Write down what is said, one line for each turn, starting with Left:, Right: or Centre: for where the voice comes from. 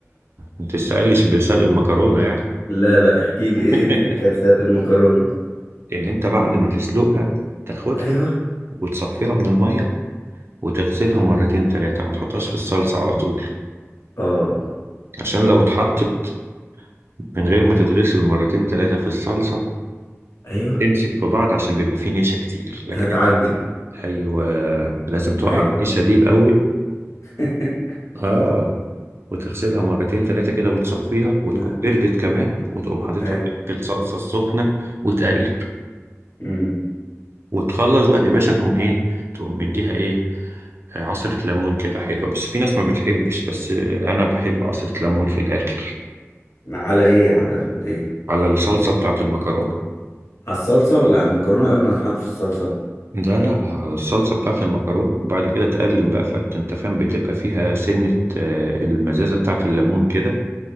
Right: ما تستقلش بسلق المكرونه يعني
Left: لا لا احكي لي
Right: <laughs>
Left: ايه تركات سلق المكرونة
Right: ان انت بعد ما تسلقها تاخدها
Left: ايوه
Right: وتصفيها من المية وتغسلها مرتين تلاتة ما تحطهاش في الصلصة على طول
Left: اه
Right: عشان لو اتحطت من غير ما تتغسل مرتين تلاتة في الصلصة
Left: ايوه
Right: تمسك في بعض عشان بيبقى فيه نشا كتير لكن
Left: هتعجن
Right: انت لازم ايوه لازم توقع
Left: ايوه
Right: النشا دي الاول
Left: <laughs>
Right: اه وتغسلها مرتين تلاتة كده وتصفيها وتكون
Left: ما-
Right: بردت كمان وتقوم حاططها
Left: ايوه
Right: بقى في الصلصة السخنة وتقلب
Left: امم
Right: وتخلص بقى يا باشا تقوم ايه تقوم مديها ايه آه، عصرة ليمون كده حلوة بس في ناس ما بتحبش بس آه، أنا بحب عصرة ليمون في الآخر
Left: على ايه على الايه
Right: على الصلصة بتاعة المكرونة
Left: على الصلصة ولا على المكرونة قبل ما تحط في الصلصة
Right: لا لا على الصلصة بتاعة المكرونة وبعد كده تقلب بقى فأنت فاهم بتبقى فيها سنة آه، المزازة بتاعة الليمون كده